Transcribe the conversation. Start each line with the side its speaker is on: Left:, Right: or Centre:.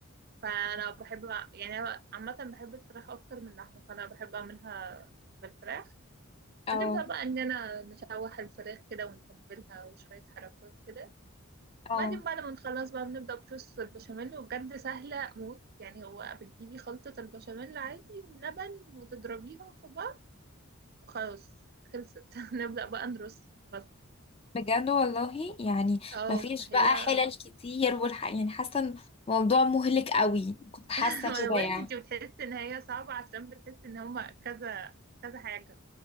Right: فانا بحب يعني أنا عامه بحب الفراخ اكتر من اللحمه فانا بحب اعملها بالفراخ
Left: اه
Right: نبدا بقى اننا نشوح الفراخ كده ونتبلها وشويه حركات كده وبعدين
Left: اه
Right: بعد ما نخلص بقى بنبدا بصوص البشاميل وبجد سهله موت يعني هو بتجيبي خلطه البشاميل عادي ولبن وتضربيهم في بعض وخلاص خلصت <laughs> نبدا بقى نرص بس
Left: بجد والله يعني
Right: اه
Left: مفيش
Right: فهي
Left: بقى حلل كتير والح... يعني حاسه إن الموضوع مهلك قوي كنت حاسه
Right: <laughs> ما
Left: كده
Right: انا بقولك
Left: <laughs> يعني
Right: انت بتحسي ان هي صعبه عشان بتحسي ان هما كذا كذا حاجه